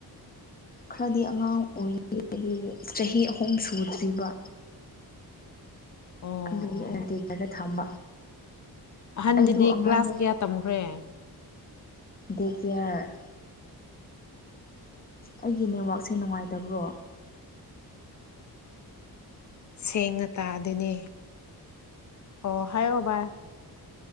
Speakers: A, on the left (about 25°); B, on the left (about 45°).
A: ꯈꯔꯗꯤ ꯑꯉꯥꯡ ꯑꯣꯏꯔꯤ ꯑꯗꯒꯤ ꯆꯍꯤ ꯑꯍꯨꯝ ꯁꯨꯗ꯭ꯔꯤꯕ
B: ꯑꯣ
A: ꯑꯗꯨꯒꯤ
B: ꯑꯣ ꯑꯣ
A: ꯑꯗ ꯈꯔ ꯊꯝꯕ
B: ꯑꯍꯟꯗꯨꯗꯤ
A: ꯑꯩꯗꯣ ꯑꯉꯥꯡꯗꯣ
B: ꯀ꯭ꯂꯥꯁ ꯀꯌꯥ ꯇꯝꯈ꯭ꯔꯦ
A: <unintelligible> ꯑꯩꯒꯤ ꯅꯦꯠꯋꯥꯛꯁꯦ ꯅꯨꯡꯉꯥꯏꯇꯕ꯭ꯔꯣ
B: ꯁꯦꯡꯅ ꯇꯥ ꯑꯗꯨꯅꯦ ꯑꯣ ꯍꯥꯏꯌꯣ ꯚꯏ